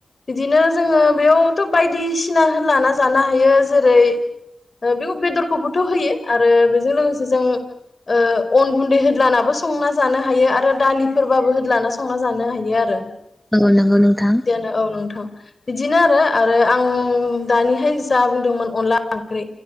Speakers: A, on the left (about 45°); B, in the centre.
A: बिदिनो जोङो बेयाव थ' बायदिसिना लाना जानो हायो जेरै ओ बेयाव बेदरखौबोथ' होयो आरो बेजों लोगोसे जों ओ अन गुन्दै होदलानाबो संना जानो हायो आरो दालिफोरबाबो होदलाना संना जानो हायो आरो।
B: औ नंगौ नोंथां।
A: जियानो औ नोंथां बिदिनो आरो आरो आं दानिहाय जा बुंदोंमोन अनला ओंख्रि